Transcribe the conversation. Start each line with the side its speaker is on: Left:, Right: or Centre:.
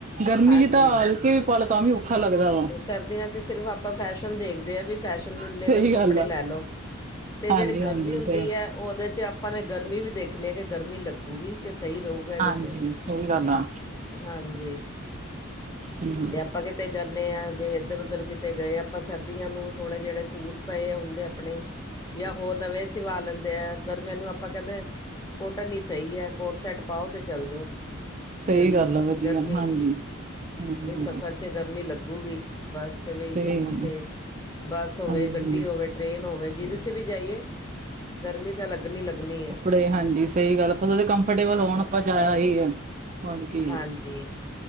Right: ਗਰਮੀ
Left: ਹਾਂਜੀ
Right: ਚ ਤਾਂ ਹਲਕੇ ਵੀ ਪਾਲੋ ਤਾਂ ਵੀ ਔਖਾ ਲੱਗਦਾ ਵਾ
Left: ਤੇ ਸਰਦੀਆਂ ਚ ਸਿਰਫ ਆਪਾਂ ਫੈਸ਼ਨ ਦੇਖਦੇ ਆ ਵੀ ਫੈਸ਼ਨ ਨੂੰ ਲੇਵਲ
Right: ਸਹੀ ਗੱਲ
Left: ਕੱਪੜੇ
Right: ਆ
Left: ਲੈ ਲਓ। ਤੇ
Right: ਹਾਂਜੀ
Left: ਜਿਹੜੀ ਗਰਮੀ
Right: ਹਾਂਜੀ
Left: ਹੁੰਦੀ
Right: ਸਹੀ
Left: ਐ ਉਹਦੇ ਚ ਆਪਾਂ ਨੇ ਗਰਮੀ ਵੀ ਦੇਖਣੀ ਆ ਕਿ ਗਰਮੀ ਲੱਗੂਗੀ ਕੇ ਸਹੀ ਰਹੂ। ਏਦੇ
Right: ਹਾਂਜੀ
Left: ਚ,
Right: ਸਹੀ ਗੱਲ ਆ
Left: ਹਾਂਜੀ।
Right: ਹਮ
Left: ਤੇ ਆਪਾਂ ਕਿਤੇ ਜਾਣੇ ਆ ਜੇ ਇੱਧਰ ਉੱਧਰ ਕਿਤੇ ਗਏ ਆਪਾਂ ਸਰਦੀਆਂ ਨੂੰ ਥੋੜ੍ਹੇ ਜਿਹੜੇ ਸੂਟ ਪਏ ਹੁੰਦੇ ਆਪਣੇ ਜਾਂ ਹੋਰ ਨਵੇਂ ਸਿਵਾ ਲੈਂਦੇ ਆ, ਗਰਮੀਆਂ ਨੂੰ ਆਪਾਂ ਕਹਿੰਦੇ ਕੋਟਨ ਹੀ ਸਹੀ ਐ ਕੋਟ ਸੈਟ ਪਾਓ ਤੇ ਚਲ ਜੋ,
Right: ਸਹੀ
Left: ਹਾਂ
Right: ਗੱਲ ਆ ਵਧੀਆ
Left: ਗਰਮੀ
Right: ਹਾਂਜੀ ਹਮ
Left: ਵੀ ਸਫ਼ਰ ਚ ਗਰਮੀ ਲੱਗੂਗੀ। ਬੱਸ ਚ ਵੀ
Right: ਸਹੀ
Left: ਜਿੱਥੇ
Right: ਗੱਲ ਆ
Left: ਬੱਸ ਹੋਵੇ,
Right: ਹਾਂਜੀ
Left: ਗੱਡੀ ਹੋਵੇ, ਟ੍ਰੇਨ ਹੋਵੇ ਜੀਹਦੇ ਚ ਵੀ ਜਾਈਏ, ਗਰਮੀ ਤਾਂ ਲੱਗਣੀ ਲੱਗਣੀ ਆ।
Right: ਤੇ ਹਾਂਜੀ। ਸਹੀ ਗੱਲ ਆਪਾਂ ਜਿਹਦੇ ਚ ਕੰਫਰਟੇਬਲ ਹੋਣ ਆਪਾਂ ਜਾ ਆਈਏ, ਹੋਰ ਕੀ।
Left: ਹਾਂਜੀ